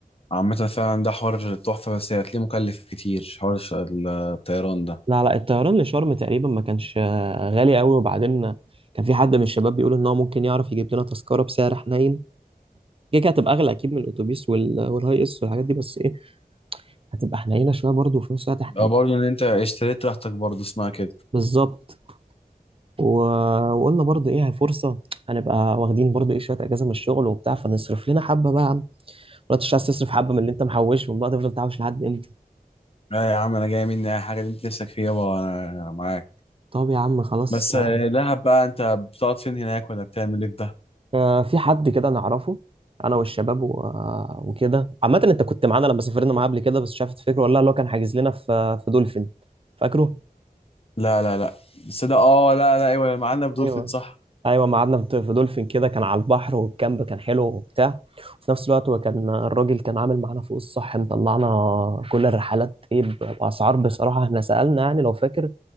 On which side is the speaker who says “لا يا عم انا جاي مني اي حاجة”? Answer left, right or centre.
Left